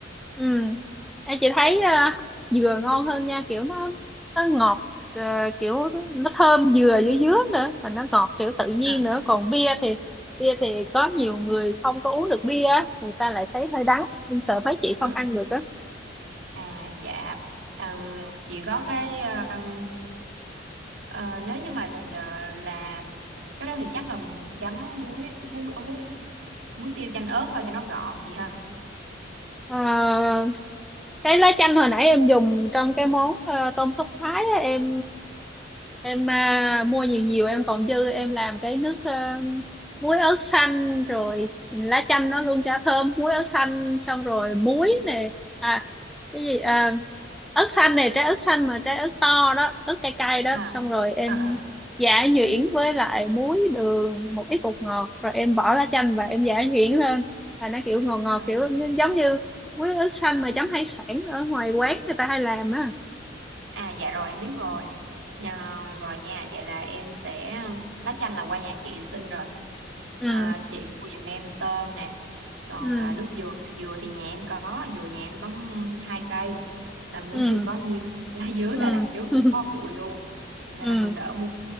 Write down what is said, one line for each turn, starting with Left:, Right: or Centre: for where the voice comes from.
Centre: Ừ. Em chị thấy ờ, dừa ngon hơn nha kiểu nó nó ngọt ờ, kiểu nó thơm dừa dưới dứa nữa mà nó ngọt kiểu tự nhiên
Right: à
Centre: nữa còn bia thì bia thì có nhiều người không có uống được bia á, người ta lại thấy hơi đắng em sợ mấy chị không
Right: à
Centre: ăn được á
Right: À dạ Ừm, chị có cái ừm, ờ, nếu như mà ờ, làm cái đó thì chắc là chấm muối muối muối, muối tiêu chanh ớt thôi cho nó gọn chị ha
Centre: Ờ, cái lá chanh hồi nãy em dùng trong cái món ờ, tôm sốt Thái á, em em à, mua nhiều nhiều em còn dư em làm cái nước ờ, muối ớt xanh rồi lá chanh nó luôn chả thơm muối ớt xanh xong rồi muối nè à cái gì à, ớt xanh này trái ớt xanh mà trái ớt to đó ớt cay cay đó
Right: à
Centre: xong rồi em
Right: à à,
Centre: giả nhuyễn với lại muối đường một ít bột ngọt rồi em bỏ lá chanh và em giả nhuyễn lên là nó kiểu ngọt ngọt
Right: à.
Centre: kiểu nó giống như muối ớt xanh mà chấm hải sản ở ngoài quán người ta hay làm á
Right: À dạ rồi em biết rồi. Nhờ, rồi nha, vậy là em sẽ lá chanh là qua nhà chị xin rồi.
Centre: ừ
Right: À, chị mua giùm em tôm nè. Còn
Centre: ừ
Right: à, nước dừa, dừa thì nhà em có, dừa nhà em có hai cây. Là muốn
Centre: ừ
Right: nhiêu có nhiêu. <laughs> Lá dứa
Centre: ừ
Right: là đằng trước
Centre: <laughs>
Right: cũng có bụi luôn. Nên
Centre: ừ
Right: là cũng đỡ mua.